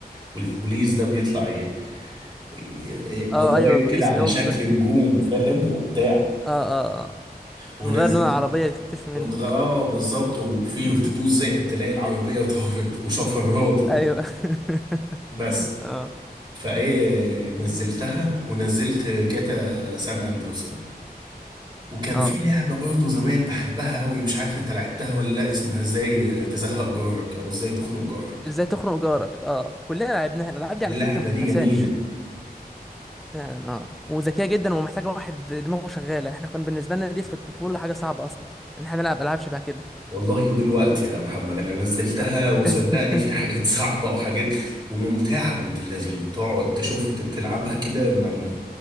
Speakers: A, on the right; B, in the centre.
A: والبوليس ده بيطلع ي... ي- قضايم
B: اه ايوه بوليس
A: كده على
B: اللي هو
A: شكل
B: بيبقى
A: نجوم فاهم وبتاع
B: <laughs> اه اه اه بتتغير
A: ونزلت
B: لون العربيه تختفي منك
A: وضغ... اه بالظبط وفي
B: امم
A: تدوس زائد تلاقي العربيه طارت وشفرات و...
B: ايوه <laughs>
A: بس
B: اه
A: فايه نزلتها
B: مم.
A: ونزلت جاتا سان اندرسون وكان
B: اه
A: في لعبه برضه زمان بحبها قوي مش عارف انت لعبتها ولا لا اسمها ازاي تزهق جارك او ازاي تخنق جارك
B: ازاي تخنق جارك اه كلنا لعبناها الالعاب دي
A: اللعبة
B: على فكره ما تتنساش
A: دي جميلة
B: فعلا اه وذكيه جدا ومحتاجه واحد دماغه شغاله احنا كان بالنسبه لنا دي في الطفوله حاجه صعبه اصلا ان احنا نلعب العاب شبه كده
A: والله ودلوقتي يا محمد انا نزلتها
B: آه. <laughs>
A: وصدقني في حاجات <laughs> صعبه وحاجات وممتعه بنت اللذينه تقعد تشوف ت- تلعبها كده ما ما